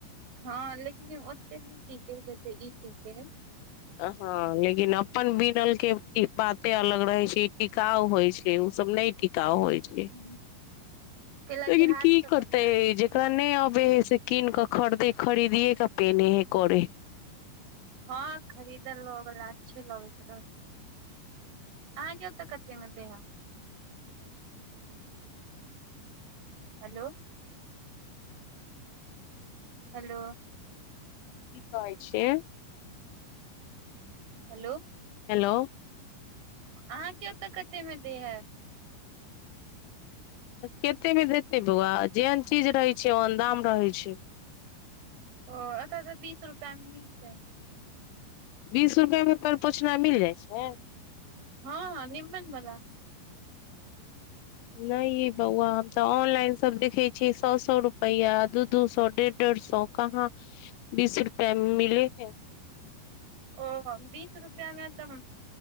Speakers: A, on the right; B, on the left.
A: हँ लेकिन ओते न टिके है जते ई टिके है।
B: हँ लेकिन अपन बिनल के बाते अलग रहैत छै, ई टिकाउ होइ छै ओसभ नहि। टिकाउ होइ छै,
A: हूँ, कैलाकि
B: लेकिन
A: हाथ
B: की
A: सब
B: करतै
A: बनायल रहे
B: जे। तऽ नहि अबे है, से कीने कऽ खरदे खरीदियए क पेनहै करे है।
A: हँ खरीदल ल बला अच्छे लगैत रहे। आंहां के ओत कते में दैहे। हेल। हेलो।
B: कि कहै छियै।
A: हलो।
B: हेलो।
A: अहाँके ओतऽ कते में दै हे।
B: कते में देते बौआ जेहन चीज रहै छै, ओहन दाम रहै छै।
A: ओ अत तऽ बीस रुपया में मिल जाइ छै।
B: बीस रुपआ मे पर पोछना मिल जाइ छै।
A: हँ निमन बला।
B: नहि बौआ हम तऽ ऑनलाइन सब देखे छीयै, सए सए रुपैआ दू दू सए डेढ़ डेढ़ सए। कहाँ बीस रुपआ मिले है।
A: ओ बीस रुपआ मे तऽ